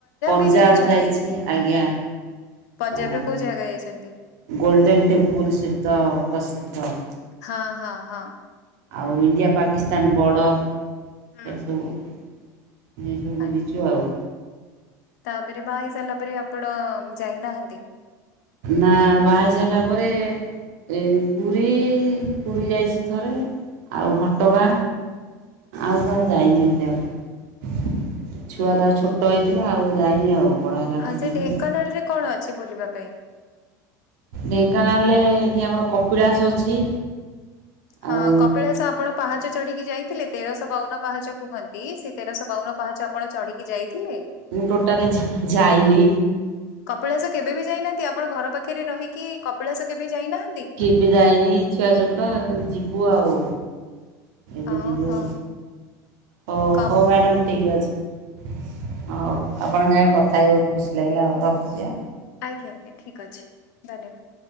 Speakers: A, on the right; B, on the left.
A: ପଞ୍ଜାବ
B: ବି ଯାଇଛନ୍ତି?
A: ଯାଇଛି ଆଜ୍ଞା।
B: ପଞ୍ଜାବର
A: ଆ
B: କୋଉ ଜାଗା ଯାଇଛନ୍ତି?
A: ଗୋଲଡେନ୍ ଟେମ୍ପୁଲ ସେ ତ ପ୍ରସିଦ୍ଧ।
B: ହଁ ହଁ ହଁ।
A: ଆଉ ଇଣ୍ଡିଆ ପାକିସ୍ତାନ ବର୍ଡ଼ର ଏ
B: ହୁଁ।
A: ସବୁ। ଏ ସବୁ
B: ଆ-
A: ବୁଲିଛୁ ଆଉ।
B: ତାପରେ ବା ହେଇ ସାରିଲା ପରେ ଆପଣ ଯାଇନାହାନ୍ତି?
A: ନାଁ ବାହା ହେଇ ସାରିଲା ପରେ ଏ ପୁରୀ ପୁରୀ ଯାଇଛି ଥରେ ଆଉ ଘଟ ଟଗାଁ
B: ଆଜ୍ଞା।
A: ଆଉ କୁଆଡେ ଯାଇନି ଏତେ ଆଉ ଛୁଆ
B: ହୁଁ
A: ତ ଆଉ
B: ହୁଁ
A: ଛୋଟ ଛୋଟ ହେଇଥିଲା ଆଉ ଯାଇନି ଆଉ। ବଡ଼ ହେଲା ପରେ
B: ଆଉ ସେ
A: ଯିବି
B: ଢେଙ୍କାନାଳ
A: ଆଉ
B: ରେ କଣ ଅଛି ବୁଲିବା ପାଇଁ?
A: ଢେଙ୍କାନାଳରେ ଏଠି ଆମର କପିଳାସ ଅଛି।
B: ହଁ
A: ଆଉ
B: କପିଳାସ ଆପଣ ପାହାଚ ଚଢିକି ଯାଇଥିଲେ ତେରଶହ ବାଉନ ପାହାଚ କୁହନ୍ତି ସେ ତେରଶହ ବାଉନ ପାହାଚ ଆପଣ ଚଢିକି ଯାଇଥିଲେ?
A: ମୁଁ ଟୋଟାଲେ ଯା ଯାଇନି।
B: କପିଳାସ କେବେ ବି ଯାଇନାହାନ୍ତି ଆପଣ ଘର ପାଖରେ ରହିକି କପିଳାସ କେବେ ଯାଇନାହାନ୍ତି?
A: ଏବେ ଯାଇନି ଛୁଆ ଛୋଟ ଯିବୁ ଆଉ। ଏବେ
B: ଓହୋ
A: ଯିବୁ ଆଉ। ହଉ
B: କପ୍
A: ହଉ ମ୍ୟାଡ଼ାମ ଠିକ ଅଛି। ହଉ ଆପଣଙ୍କ ସାଙ୍ଗେ କଥା ହେଇ ବହୁତ ଖୁସି ଲାଗିଲା ଆଉ ରଖୁଚି ଆ।
B: ଆଜ୍ଞା ଆଜ୍ଞା ଠିକ୍ ଅଛି। ଧନ୍ୟବାଦ।